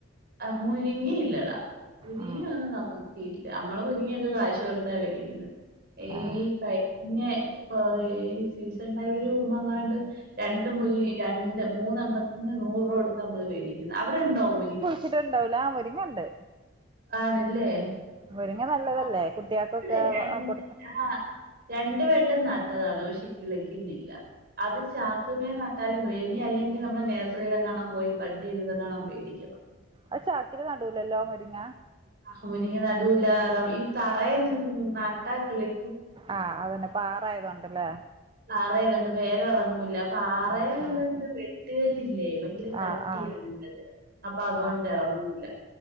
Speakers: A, on the right (about 50°); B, on the right (about 25°).
A: ആഹ് മുരിങ്ങിയില്ലടാ മുരിങ്ങ
B: ഉം
A: ഒന്നും നമുക്ക് <unintelligible> നമ്മള് മുരരിങ്ങയൊക്കെ കാശ് കൊടുത്താ വേടിക്ക്ന്നെ ഈ
B: ആഹ്
A: കഴിഞ്ഞ പ്പോ ഈ സീസൺടൈമ്ന് മുമ്പങ്ങാണ്ട് രണ്ട് മുരി രണ്ട് മൂന്നെണ്ണത്തിന് നൂറ് രൂപട്ത്ത അമ്മള് മേടിക്കുന്നത് അവിടെണ്ടോ മുരി
B: ച്ച്ട്ടാണ്ടാവൂല ആഹ് മുരിങ്ങണ്ട്
A: ആണല്ലേ
B: മുരിങ്ങ നല്ലതല്ലേ
A: <inaudible>
B: കുട്ടികൾക്കൊക്കെ കൊടുത്ത
A: ആ രണ്ടുവെട്ടം നട്ടതാണ് പക്ഷെ കിളിക്കുന്നില്ല അത് ചാക്കുമേ നട്ടാലും വേനി അല്ലെങ്കിൽ നമ്മള് നേഴ്സറിലങ്ങാണും പോയി ബഡയ്ത് ങ്ങാണം വേടിക്കണം
B: അഹ് ചാക്കില് നടൂലല്ലോ മുരിങ്ങ
A: അഹ് മുരിങ്ങ നടൂല്ല ഈ തറേന്ന് നട്ടാകിളി
B: ആഹ് അതന്നെ പാറ ആയതൊണ്ട്ല്ലേ
A: പാറആയതൊണ്ട് വേര് എറങ്ങൂല്ല പാറല്ലല്ല
B: ആ ആ
A: വെട്ടുകല്ലില്ലേ ഭയങ്കര കട്ടിയാണ്
B: ആ ആ
A: കല്ല് അപ്പൊ അതുകൊണ്ട്
B: ആ
A: ഇറങ്ങില്ല